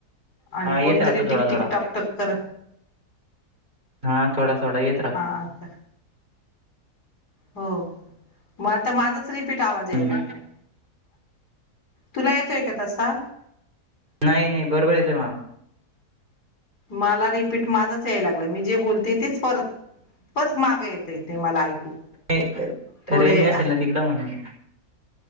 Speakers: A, on the left; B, on the right.
A: आणि
B: हा येत
A: कोणतरी
B: राहतो थोडा
A: टिकटिक
B: थोडा
A: टॉक टॉक कर
B: हा थोडा थोडा येत राहतो.
A: आता हो मग आता माझाच रिपीट आवाज याय
B: हम्म
A: लागलाय. तुला येतोय का तसा.
B: नाही नाही बरोबर येतो मला.
A: मला रिपीट माझाच यायला. मी जे बोलते तेच परत, परत माग येते ते मला ऐकू.
B: रेंज
A: थोडे
B: नसेल ना तिकडे म्हणून.